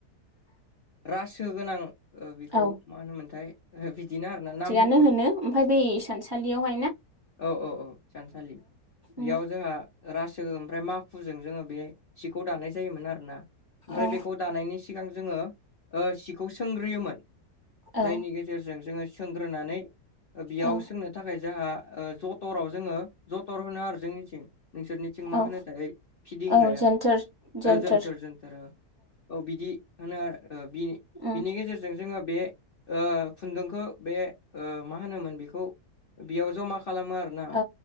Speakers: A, on the left; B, on the right.
A: रासो गोनां ओ बिखौ
B: औ
A: मा होनोमोनथाय ओ बिदिनो आरो ना नामफोर
B: नो होनो ओमफाय बे इसान सालिआवहाय
A: औ औ औ सानसालि बेयाव
B: उम
A: जोंहा रासो ओमफ्राय माखुजों जोङो बे सिखौ दानाय जायोमोन आरोना। ओमफ्राय
B: औ
A: बेखौ दानायनि सिगां जोङो ओ सिखौ सोंग्रोयोमोन। जायनि
B: औ
A: गेजेरजों जोङो सोंग्रोनानै ओ बेयाव
B: औ
A: सोंनो थाखाय जाहा ओ जत'राव जोङो जत'र होनो आरो जोंनिथिं नोंसोरनिथिं मा
B: औ
A: होनो थाय? फिदिंग्राया
B: औ जोनथोर जोनथोर
A: ओ जोन्थोर जोन्थोर ओ औ बिदि होनो आरो ओ बि-बिनि
B: उम
A: गेजेर जों जोङो बे ओ खुन्दोंखो बे ओ मा होनोमोन बिखौ बियाव ज'मा खालामो आरोना
B: औ